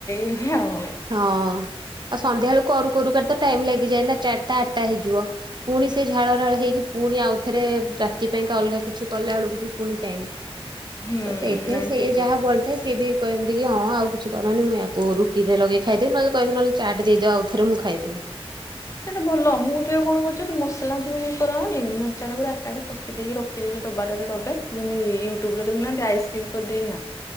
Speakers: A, on the left (about 30°); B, on the right (about 45°).
A: ଇରେ ଆଉ।
B: ହଁ ଆଉ ସନ୍ଧ୍ୟା ବେଳୁ କରୁ କରୁ କ ତ ଟାଇମ ଲାଗିଯାଏ ନା ଚାଟଟା ଆଟା ହେଇଯିବ। ପୁଣି ସେ ଝାଳ ନାଳ ହେଇକି ପୁଣି ଆଉଥରେ ରାତି ପାଇଁକା ଅଲଗା କିଛି କଲାବେଳକୁ ବି ପୁଣି ଟାଇମ୍ <inaudible> ତ
A: ହୁଁ
B: ସେଇଥିପାଇଁ
A: ନାଇଁ
B: ସେଇଆ
A: ଠିକ କହୁଛ।
B: ଯାହା ବଳିଥାଏ ସିଏ ବି କହନ୍ତି କି ହଁ ଆଉ କିଛି କରନି ମୁଁ ୟାକୁ ରୁ ଟିରେ ଲଗେଇ ଖାଇଦେବ ନହଲେ କିହିବେ ନହଲେ ଚାଟ ଦେଇଦିଅ ଆଉଥରେ ମୁଁ ଖାଇଦେବି।
A: ସେଟା ଭଲ ମୁଁ କଣ କରୁଛନ୍ତି ମସଲା ଯୋଉ କରାହଉନି ମେଞ୍ଚା ଟା ପୁରା ଏକାଠି କଷି ଦେଇକି ରଖିଦଉଛି ଡବାଟା ରେ ଡବେ ଯେମିତି ୟୁଟ୍ୟୁବରେ ଦେଖୁନାହାନ୍ତି ଆଇସ୍ କ୍ୟୁବ କରିଦେଇକି ନା?